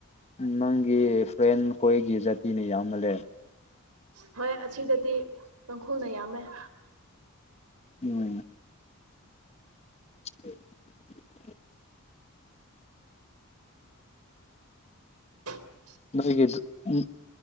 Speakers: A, on the left (about 30°); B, on the right (about 85°).
A: ꯅꯪꯒꯤ ꯐ꯭ꯔꯦꯟ ꯈꯣꯏꯒꯤ ꯖꯥꯇꯤꯅ ꯌꯥꯝꯃꯜ ꯂꯦ
B: ꯍꯣꯏ ꯑꯁꯤꯗꯗꯤ ꯇꯡꯈꯨꯜꯅ ꯌꯥꯝꯃꯦ
A: ꯎꯝ <unintelligible>
B: <inaudible>
A: ꯃꯁꯤꯒꯤ ꯎꯝ